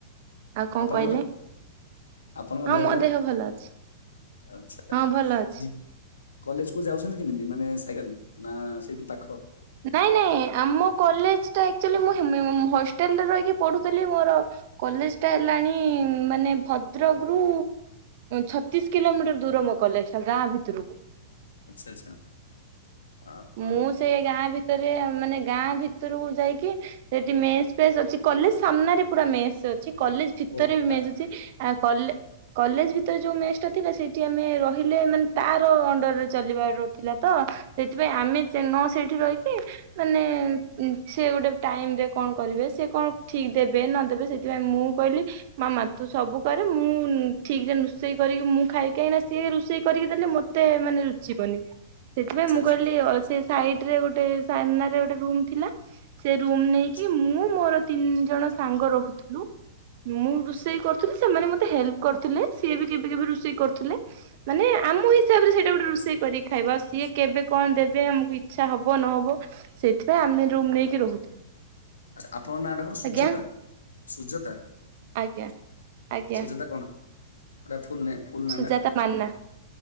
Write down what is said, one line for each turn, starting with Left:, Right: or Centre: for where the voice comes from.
Right: ଆଉ କଣ
Left: ଆପଣଙ୍କର
Right: କହିଲେ?
Left: ଆପଣଙ୍କ
Right: ହଁ ମୋ
Left: ପା
Right: ଦେହ ଭଲ ଅଛି।
Left: ଆଚ୍ଛା
Right: ହଁ ଭଲ ଅଛି।
Left: ଜି କଲେଜ କୁ ଯାଉଛନ୍ତି କେମିତି ମାନେ ସାଇକେଲ ନା ସେଇଠୁ ପାଖ?
Right: ନାଇଁ ନାଇଁ ଆମ କଲେଜଟା ଏକ୍ଚୁଲି ମୁଁ <unintelligible> ହଷ୍ଟେଲରେ ରହିକି ପଢୁଥିଲି ମୋର କଲେଜ ଟା ହେଲାଣି ମାନେ ଭଦ୍ରକରୁୁ ଛତିଶ କିଲୋମିଟର ଦୂର ମୋ କଲେଜଟ ଗାଁ ଭିତରକୁ।
Left: ଆଚ୍ଛା ଆଚ୍ଛା। ଆହ
Right: ମୁଁ
Left: ଆହ।
Right: ସେ ଗାଁ ଭିତରେ ମାନେ ଗାଁ ଭିତରକୁ ଯାଇକି ସେଠି ମେସ୍ ଫେସ ଅଛି। କଲେଜ ସାମ୍ନାରେ ପୁରା ମେସ ଅଛି। କଲେଜ ଭିତରେ
Left: ଓହୋ
Right: ବି
Left: ପାଖ
Right: ମେସ୍‌ ଅଛି। ଆଉ କଲେ କଲେଜ ଭିତରେ ଯୋଉ ମେସ୍‌ ଟା ଥିଲା ସେଇଠି ଆମେ ରହିଲେ। ମାନେ ତାର ଅଣ୍ଡରରେ ଚାଲିବାର ଥିଲା ତ। ସେଥିପାଇଁ ଆମେ ନ ସେଇଠି ରହିକି। ମାନେ ସେ ଗୋଟେ ଟାଇମ ରେ କଣ କରିବେ? ସେ କଣ ଠିକ ଦେବେ ନ ଦେବେ ସେ ସେଥିପାଇଁ ମୁଁ କହିଲି। ମାମା ତୁ ସବୁ କରେ। ମୁଁ ଠିକ ରେ ରୋଷେଇ କରି ମୁଁ ଖାଇ ଖାଇ ନା ସିଏ ରୋଷେଇ କରିକି ଦେଲେ ମତେ ମତେ ମାନେ ରୁଚିବନି। ସେଥିଲାଗି
Left: ଆଚ୍ଛା
Right: ମୁଁ
Left: ଆଚ୍ଛା
Right: କହିଲି
Left: ଆଚ୍ଛା
Right: ଆଉ ସେ ସାଇଟ୍‌ରେ ଗୋଟେ ସାମ୍ନାରେ ଗୋଟେ ରୁମ ଥିଲା। ସେ ରୁମ୍ ନେଇକି
Left: ଆଚ୍ଛା
Right: ମୁଁ ମୋର ତିନି ଜଣ ସାଙ୍ଗ ରହୁଥିବୁ। ମୁଁ ରୋଷେଇ
Left: ଆଚ୍ଛା
Right: କର ଥିଲେ। ସେମାନେ ମତେ ହେଲ୍ କରୁଥିଲେ। ସିଏ ବି କେବେ କେବେ ରୋଷେଇୁଥିଲେ ମାନେ ଆମ ତାପରେ ସେଇଟା ଗୋଟେ
Left: ଆଚ୍ଛା।
Right: ରୋଷେଇ କରିକି ଖାଇବା। ସିଏ କେବେ କଣ ଦେବେ ଆମକୁ ଇଚ୍ଛା ହବ ନହବ। ସେଥିପାଇଁ ଆମେ ରୁମ୍ ନେଇକି ରହୁଥିଲୁ।
Left: ଆଛା, ଆପଣଙ୍କ ନାଁଟା କଣ ସୁଜାତା,
Right: ଆଜ୍ଞା
Left: ସୂଜତା।
Right: ଆଜ୍ଞା ଆଜ୍ଞା
Left: ସୁଚତା କଣ? ଗୋଟେ ଫୁଲ ନେମ୍। ଫୁଲ୍ ନାଆଟା।
Right: ସୁଜାତା ମାନା